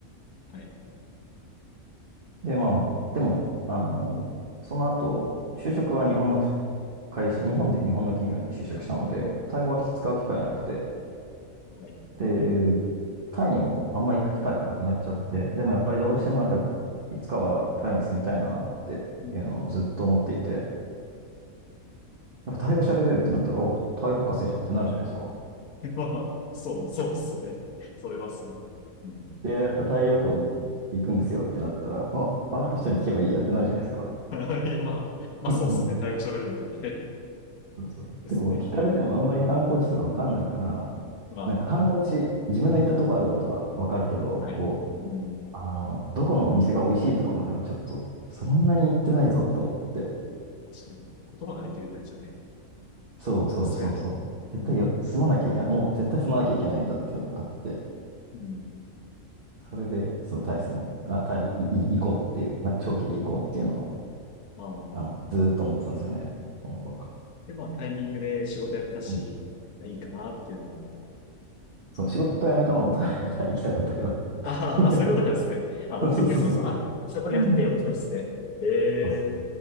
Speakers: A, on the left; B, on the right.
A: はい、
B: で、まあ、でも、あのその後、就職は日本の会社、日本で日本の企業に就職したので、タイ語は使う機会なくて、
A: はい、
B: で、タイにもあんま行く機会がなくなっちゃって、でもやっぱりどうしてもなんか、
A: はい。
B: いつかはタイに住みたいなっていうのをずっと思っていて、
A: うん。
B: やっぱタイ語喋れるってなったら、お、タイ博士じゃんってなるじゃないですか。
A: <laughs> まあ、そう、そうっすね。それはそう。うん。
B: で、やっぱタイ旅行行くんですよってなったら、あ、あの人に聞けばいいやってなるじゃないですか。
A: はい。<laughs> いや、まあ、まあ、
B: <laughs>
A: そうっすね。タイ語喋れるからね。
B: そうそう。
A: ですね。
B: でも聞かれてもあんまり観光地とかわかんないから、
A: うん。まあまあま
B: なんか観光地、自分の行ったとこあることはわかるけど、
A: あ。はい。
B: こう、
A: うん。
B: あの、どこのお店が美味しいとかまではちょっと、そんなに行ってないぞと思って。
A: 確かに。言葉ができるだけじゃね。
B: そうそうそうそう。
A: さすがに。
B: 絶対よ、
A: うん。
B: 住まなきゃいけない。もう絶対住まなきゃいけないんだっていうのがあって。
A: うん。
B: それで、そう、タイスも、あ、タイいい行こうっていう、な長期で行こうっていうのを、
A: まあ、
B: あの、ずーっと思ってたんですよね。その頃か
A: で、まあ、タイミングで仕事辞めたし、
B: ら。うん、
A: いいかなっていうのが、
B: そう、仕事を辞めたのもタイ、<laughs> タイ行きたかったから。
A: ああ、そういうことなんですね。
B: <laughs>
A: あ、目的がそもそもあ、
B: そうそうそう。
A: そこにあってやめたんですね。
B: うん
A: ええ
B: そうそ